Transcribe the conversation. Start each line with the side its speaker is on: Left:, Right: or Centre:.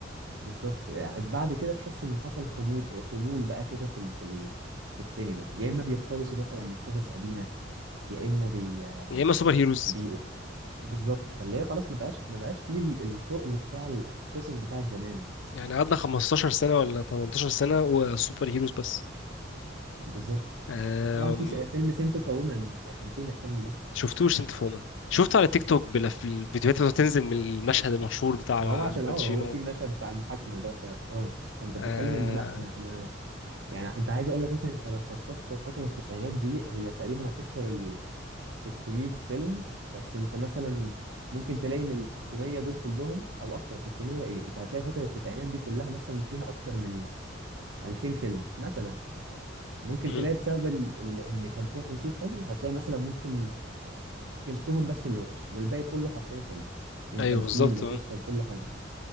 Right: بالظبط بعد كده تحس ان حصل خمول خمول بقى كده في ال... في ال... في السينما يا اما بيقتبسوا مثلا من قصص قديمه يا اما بي,
Left: يا اما سوبر هيروز
Right: بي... بالظبط فاللي هي خلاص ما بقاش ما بقاش فيه ال- التقل بتاع القصص بتاعت زمان
Left: يعني قعدنا 15 سنه ولا 18 سنه وسوبر هيروز بس
Right: بالظبت
Left: أم...
Right: طبعا في س- فيلم سنتو فومن احنا نسينا الفيلم ده
Left: شفتوش انت فومن شفته على تيك توك بالف... الفيديوهات اللي بتنزل من المشهد المشهور بتاع
Right: ما هو عشان
Left: الباتشينو
Right: اه هو في مشهد بتاع المحاكمه ده فا اه فانت بتتكلم
Left: أه...
Right: ان لا انا انا يعني انت عايز اقول لك مثلا انت لو صفصفت فتره التسعينات دي هي تقريبا هتكسر 600 فيلم بس انت مثلا ممكن تلاقي من ال 600 دول كلهم او اكتر 600 ايه انت هتلاقي فترة التسعينات دي كلها مثلا فيها اكتر من 2000 فيلم مثلا ممكن
Left: مم.
Right: تلاقي بسبب ال... ال... ان كان فيها تمثيل حلو هتلاقي مثلا ممكن تلتهم بس اللي وحش والباقي كله حرفيا حلو من
Left: ايوه
Right: تمثيل
Left: بالظبط
Right: لقصة
Left: آه.
Right: لكل حاجة